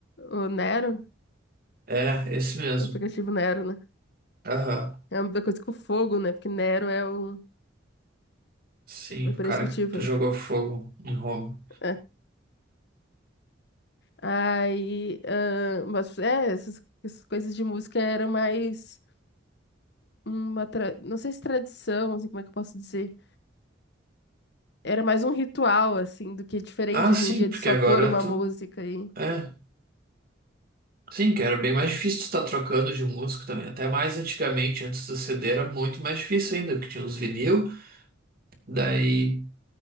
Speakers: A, on the left; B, on the right.
A: O Nero,
B: É, esse mesmo.
A: o aplicativo Nero, né?
B: Aham.
A: É uma coisa com fogo, né? Porque Nero é um.
B: Sim,
A: É por
B: o cara
A: esse motivo,
B: que
A: né?
B: jogou fogo em Roma.
A: É. Aí. ah, mas, é, essas, essas coisas de música eram mais uma. tra- Não sei se tradição, assim, como é que eu posso dizer? Era mais um ritual, assim, do que é diferente
B: Ah,
A: hoje
B: sim,
A: em dia
B: porque
A: de só
B: agora
A: pôr uma
B: tu.
A: música e.
B: É. Sim, que era bem mais difícil tu estar trocando de música também. Até mais antigamente, antes do CD, era muito mais difícil ainda, porque tinha os vinil. Daí